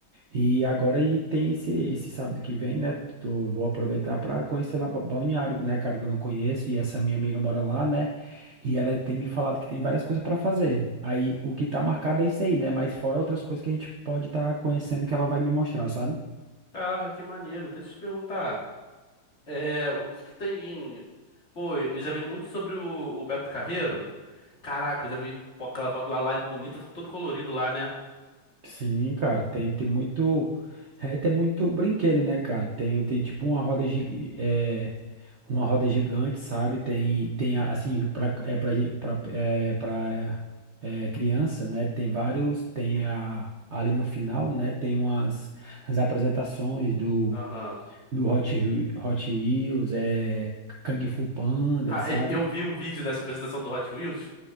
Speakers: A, on the right; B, on the left.
A: E agora e tem esse, esse sábado que vem, né? Tô, vou aproveitar para conhecer lá Ba- Balneário, né, cara, que eu não conheço, e essa minha amiga mora lá, né? E ela tem me falado que tem várias coisas para fazer. Aí o que tá marcado é isso aí, né? Mas fora outras coisas que a gente pode estar conhecendo que ela vai me mostrar, sabe?
B: Caraca, que maneiro. Deixa eu te perguntar. É... O que que tem... Pô, eu já vi muito sobre o, o Beto Carreiro. Caraca, eu já vi fo- aquela foto lá, lá é bonita, todo colorido lá, né?
A: Sim, cara, tem, tem muito, é, tem muito brinquedo, né, cara? Tem, tem tipo uma roda, gi- é, uma roda gigante, sabe? Tem, tem assim, pra, é, pra, gen- pra, é, pra é, criança, né? Tem vários, tem a, ali no final, né? Tem umas as apresentações do,
B: Aham.
A: do Hot, Whe- Hot Wheels, é, Kung Fu Panda,
B: Ca-
A: sabe?
B: e- Eu vi um vídeo dessa apresentação do Hot Wheels.